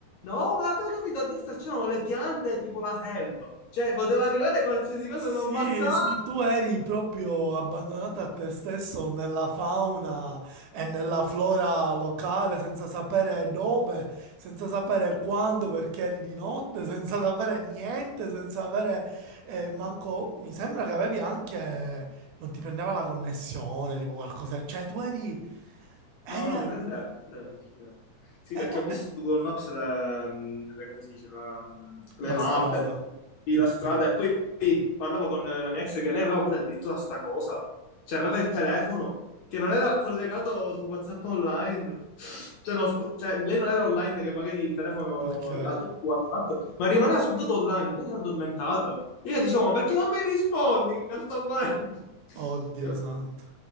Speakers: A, on the left; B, on the right.
A: no, ma te hai capito, a destra c'erano le piante e tipo la selva, cioè poteva arrivare qualsiasi cosa
B: Sì,
A: e mi ammazzava.
B: sì, tu eri proprio abbandonato a te stesso nella fauna e nella flora locale, senza sapere dove, senza sapere quando, perché eri di notte, senza sapere niente, senza avere eh, manco... Mi sembra che avevi anche... non ti prendeva la connessione, tipo qualcosa. Cioè, tu eri... eri
A: No, no,
B: a-
A: mi prendeva, mi prendeva, mi prendeva. Sì,
B: eh,
A: perché
B: oh,
A: ho visto
B: eh,
A: su Google Maps le, mm, le- come si dice, la, mm, le
B: la
A: mappe,
B: strada.
A: sì,
B: Ok,
A: la strada, e poi poi parlavo con la mia ex che lei aveva pure addirittura sta cosa, cioè aveva il telefono che non era collegato su WhatsApp online, cioè, no, scu- cioè, lei non era online che magari il telefono
B: ok.
A: ha tutto WhatsApp, ma rimaneva spuntato online, lei si è addormentata. Io dicevo, ma perché non mi rispondi che sto morendo? <laughs>
B: Oddio
A: Capito?
B: santo.